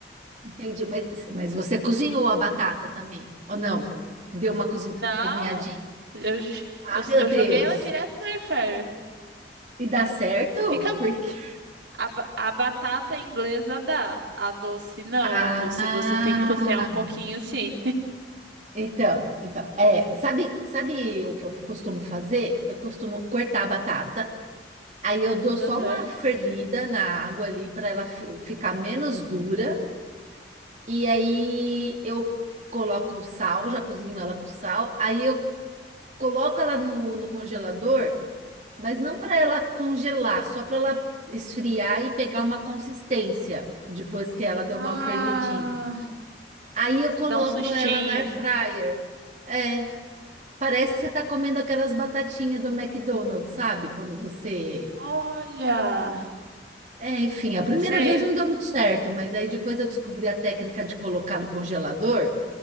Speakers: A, on the right (about 40°); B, on the right (about 85°).
A: entendi, mas, mas você cozinhou a batata também, ou não? Deu uma cozi-
B: Não,
A: cozinhadinha?
B: eu, j-
A: Ah,
B: eu,
A: meu
B: eu
A: Deus!
B: joguei ela direto no air fryer.
A: E dá certo?
B: Fica
A: Porque.
B: a, ba- a batata inglesa dá, a doce não,
A: Ah,
B: a doce você tem que cozinhar um pouquinho sim.
A: Então, então, é, sabe, sabe o que eu costumo fazer? Eu costumo cortar a batata, aí eu dou
B: Aham.
A: só uma fervida na água ali para ela fi- ficar menos dura, e aí eu coloco o sal, já cozinho ela com sal, aí eu coloco ela no, no congelador, mas não para ela congelar, só para ela esfriar e pegar uma consistência depois que ela deu
B: Ah,
A: uma fervidinha. Aí eu
B: se
A: coloco
B: dá um sustinho.
A: ela na air fryer. É. Parece que você está comendo aquelas batatinhas do McDonald's, sabe? Quando você.
B: Olha,
A: É, enfim, a primeira
B: sei.
A: vez não deu muito certo, mas aí depois eu descobri a técnica de colocar no congelador,